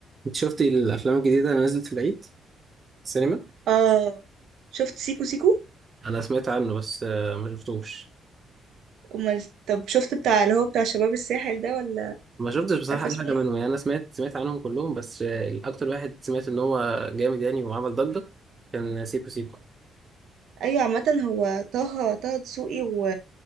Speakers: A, on the right; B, on the right.
A: انت شفتي الافلام الجديده اللي نزلت في العيد في السينما
B: اه شفت سيكو سيكو
A: انا سمعت عنه بس آه، ما شفتوش
B: امال طب شفت بتاع اللي هو بتاع شباب الساحل ده ولا
A: ما شفتش بصراحه
B: مش عارفه
A: اي
B: اسمه
A: حاجه
B: ايه
A: منهم يعني انا سمعت سمعت عنهم كلهم بس آه، الاكتر واحد سمعت ان هو جامد يعني وعمل ضجه كان سيكو سيكو
B: ايوه عامه هو طه طه دسوقي و...